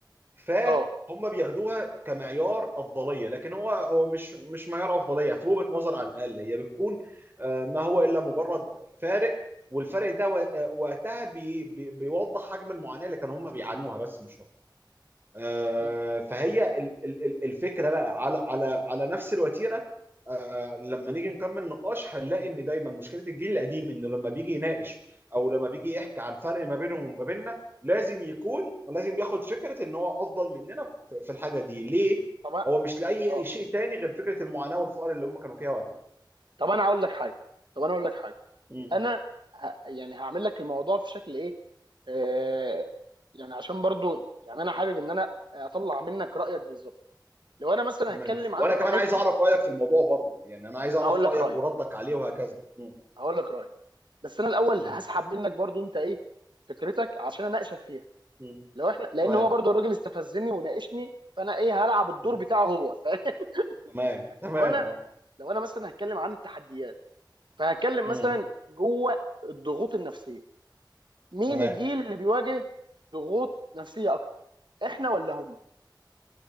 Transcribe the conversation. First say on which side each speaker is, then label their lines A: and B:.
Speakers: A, on the right; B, on the right.
A: فهم
B: اه
A: بياخدوها كمعيار افضليه لكن هو هو مش مش معيار افضليه في وجهه نظر على الاقل هي بتكون آه، ما هو الا مجرد فارق والفرق ده و- آه، وقتها بي بي بيوضح حجم المعاناه اللي كانوا هم بيعانوها بس مش آه،
B: مم.
A: فهي ال- ال- ال- الفكره بقى على على على نفس الوتيره آه، لما نيجي نكمل نقاش هنلاقي ان دايما مشكله الجيل القديم انه لما بيجي يناقش او لما بيجي يحكي عن فرق ما بينهم وما بيننا لازم يكون لازم ياخد فكره ان هو افضل مننا في في الحاجه دي ليه؟
B: طب أ-
A: هو مش لاي
B: اه
A: أي شيء تاني غير فكره المعاناه والفقر اللي هم كانوا فيها وقتها.
B: طب انا هقول لك حاجه طب انا هقول لك حاجه
A: مم.
B: انا ه... يعني هعمل لك الموضوع في شكل ايه آه... يعني عشان برضو يعني انا حابب ان انا اطلع منك رايك بالظبط لو انا مثلا
A: تمام
B: هتكلم عن
A: وانا كمان
B: حته
A: عايز اعرف رايك في الموضوع برضو يعني انا عايز اعرف
B: هقول لك
A: رايك
B: رايي
A: وردك عليه وهكذا مم.
B: هقول لك رايي بس انا الاول
A: مم.
B: هسحب منك برضو انت ايه فكرتك عشان اناقشك فيها
A: مم.
B: لو احنا لان
A: تمام
B: هو برضو الراجل استفزني وناقشني فانا ايه هلعب الدور
A: مم.
B: بتاعه هو فاهم؟
A: تمام
B: <laughs>
A: تمام
B: وانا لو انا مثلا هتكلم عن التحديات فهتكلم
A: امم
B: مثلا جوه الضغوط النفسيه مين
A: تمام
B: الجيل اللي بيواجه ضغوط نفسيه اكتر احنا ولا هم